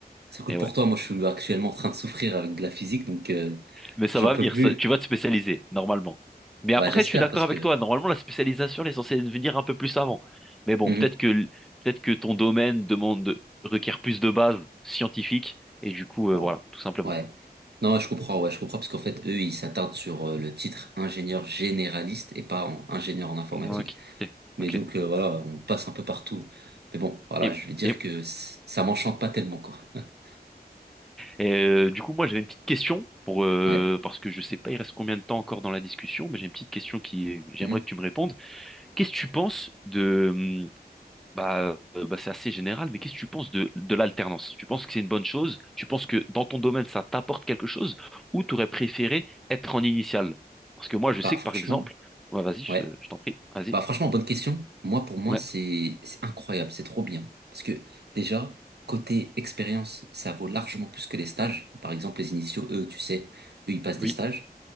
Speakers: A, on the right; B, in the centre.
A: C'est cool
B: Et
A: pour
B: ouais.
A: toi. Moi, je suis actuellement en train de souffrir avec de la physique, donc euh,
B: Mais ça
A: j'en
B: va
A: peux
B: venir,
A: plus.
B: ça- tu vas te spécialiser, normalement. Mais après,
A: Ouais, j'espère
B: je suis d'accord
A: parce
B: avec
A: que...
B: toi, normalement, la spécialisation, elle est censée venir un peu plus avant. Mais bon,
A: Mhm.
B: peut-être que, l- peut-être que ton domaine demande, requiert plus de bases scientifiques, et du coup, euh,
A: Ouais.
B: voilà, tout simplement.
A: Ouais. Non, je comprends, ouais, je comprends parce qu'en fait, eux, ils s'attardent sur euh, le titre ingénieur généraliste et pas en ingénieur en informatique.
B: Ok,
A: Mais
B: ok.
A: donc, euh, voilà, on passe un peu partout. Mais bon, voilà,
B: Et,
A: je vais dire
B: et,
A: que c- ça m'enchante pas tellement, quoi. <laughs>
B: et, euh, du coup, moi, j'avais une petite question, pour, euh,
A: Ouais.
B: parce que je sais pas, il reste combien de temps encore dans la discussion, mais j'ai une petite question qui, j'aimerais
A: Mhm.
B: que tu me répondes. Qu'est-ce que tu penses de hum, Bah, euh, bah, c'est assez général, mais qu'est-ce que tu penses de, de l'alternance? Tu penses que c'est une bonne chose? Tu penses que dans ton domaine, ça t'apporte quelque chose? Ou tu aurais préféré être en initial? Parce que moi, je sais
A: Bah, franchement,
B: que par exemple, ouais, vas-y, je
A: ouais.
B: te- je t'en prie, vas-y.
A: Bah, franchement, bonne question. Moi, pour moi,
B: Ouais,
A: c'est c'est incroyable, c'est trop bien. Parce que déjà, côté expérience, ça vaut largement plus que les stages. Par exemple, les initiaux, eux, tu sais, eux, ils passent
B: oui,
A: des stages.